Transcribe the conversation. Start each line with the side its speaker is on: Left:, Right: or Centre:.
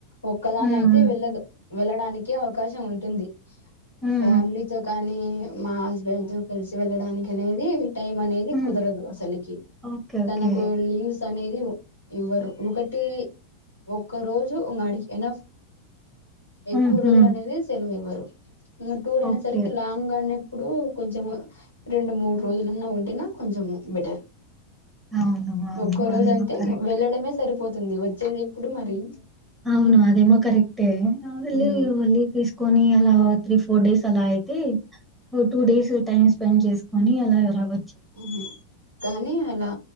Left: ఒక్కదాన్నయితే
Centre: హ్మ్.
Left: వెళ్ళదు వెళ్ళడానికి అవకాశం ఉంటుంది
Centre: హ్మ్.
Left: ఫ్యామలీతో కాని కాని మా హస్బెండ్ తో కలిసి వెళ్ళడానికి అనేది టైం అనేది
Centre: హ్మ్.
Left: కుదరదు అసలికి
Centre: ఓకే.
Left: తనకు
Centre: ఓకే.
Left: వెళ్ళి స్ అనేది ఇవ్వరు ఒకటి ఒక్క రోజు ఇంగ ఆడికి ఎనఫ్ ఎక్కువ
Centre: హుహు.
Left: రోజులు అనేది సెలవు ఇవ్వరు ఇంగ టూర్ అనే
Centre: ఓకే.
Left: సరికి లాంగ్ అనే ఇప్పుడు కొంచెం రెండు మూడు రోజులన్నా ఉంటేనా కొంచం బెటర్
Centre: అవును. అవును.
Left: ఒక్కో రోజు
Centre: అదేమో
Left: అంటే
Centre: కరెక్టే.
Left: వెళ్లడమే సరిపోత్ స్తుంది వచ్చేది ఎప్పుడు మరి
Centre: అవును అదేమో కరెక్టే ఆ వెళ్లి
Left: ఉమ్
Centre: లీవ్ తీసుకోని ఇయ్యాల త్రిఫ్ ఫోర్ డేస్ అలా అయితే టూ డేస్ టైమ్స్ స్పెండ్ చేసుకొని అలా రావ
Left: మ్ హు కానీ అలా